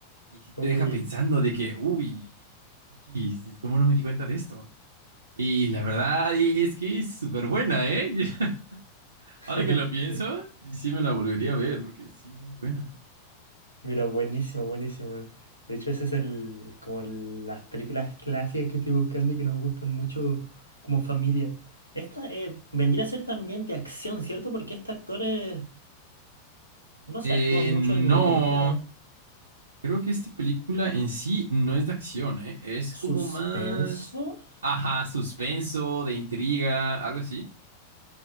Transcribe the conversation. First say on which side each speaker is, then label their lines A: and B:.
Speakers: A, on the right; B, on the right.
A: Y si te
B: Uy.
A: deja pensando de que, uy, uy, ¿cómo no me di cuenta de esto? Y la verdad es que es súper buena, ¿eh? <laughs>
B: <laughs>
A: Ahora que lo pienso, sí me la volvería a ver porque sí es muy buena.
B: Mira, buenísimo, buenísimo. De hecho, ese es el, como el- las películas clásicas que estoy buscando y que nos gustan mucho como familia. Esta eh, vendría a ser también de acción, ¿cierto? Porque este actor, eh, no se
A: Eh,
B: actúa mucho
A: no,
B: en, en películas
A: creo que esta película en sí no es de acción, ¿eh? Es
B: suspenso.
A: como más, ajá, suspenso, de intriga, algo así.